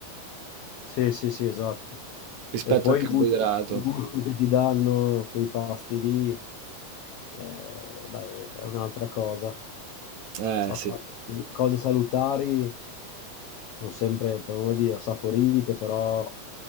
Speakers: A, on the left; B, on the right.
A: Sì, sì, sì, esatto.
B: rispetto
A: E poi
B: al carboidrato.
A: il gusto, il gusto che ti danno quei pasti lì, eh, dai, è un'altra cosa.
B: Eh
A: A
B: sì.
A: fare cose salutari. sono sempre, per amor di Dio, saporite, però